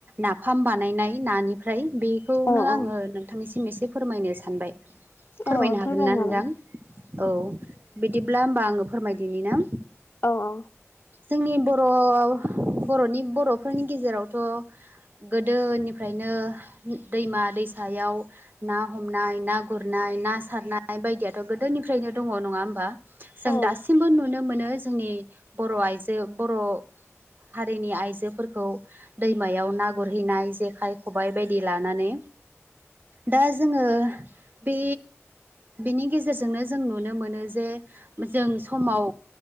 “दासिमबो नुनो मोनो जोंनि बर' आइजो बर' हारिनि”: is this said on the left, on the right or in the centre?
Right